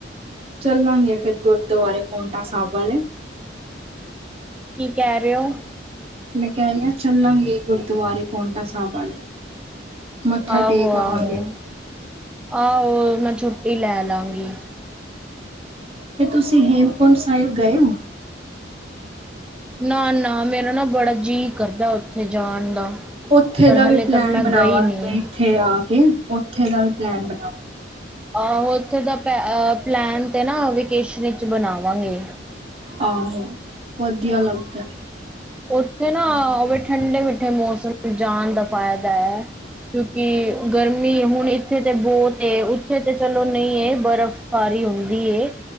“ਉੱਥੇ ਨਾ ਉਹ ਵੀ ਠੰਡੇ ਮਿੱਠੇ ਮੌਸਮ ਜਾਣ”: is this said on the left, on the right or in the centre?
Centre